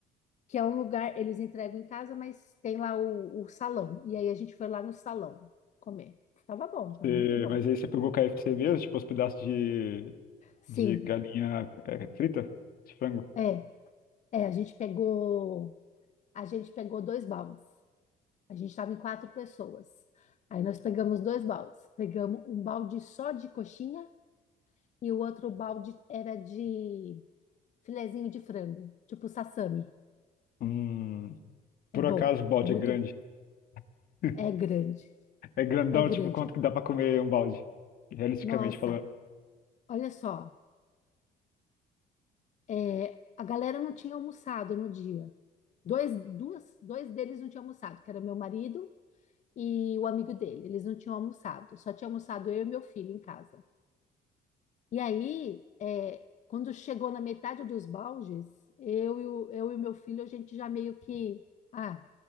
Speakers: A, on the left (about 45°); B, on the left (about 60°).
A: que é um lugar, eles entregam em casa, mas tem lá o, o salão. E aí a gente foi lá no salão comer. Tava bom, tava
B: Você-
A: muito bom.
B: mas aí você pegou KFC mesmo, tipo os pedaços de,
A: Sim,
B: de galinha é, frita, de frango?
A: é. É, a gente pegou, a gente pegou dois baldes. A gente estava em quatro pessoas. Aí nós pegamos dois baldes. Pegamos um balde só de coxinha e o outro balde era de filezinho de frango, tipo sassami.
B: Hum,
A: É
B: por
A: bom,
B: acaso o balde
A: é muito,
B: é grande? <laughs>
A: é grande,
B: É grandão,
A: é grande.
B: tipo, quanto que dá pra comer um balde? Realisticamente
A: Nossa,
B: falando.
A: olha só, é, a galera não tinha almoçado no dia. Dois, duas, dois deles não tinham almoçado, que era meu marido e o amigo dele. Eles não tinham almoçado, só tinha almoçado eu e meu filho em casa. E aí, é, quando chegou na metade dos baldes, eu e o, eu e o meu filho, a gente já meio que, ah,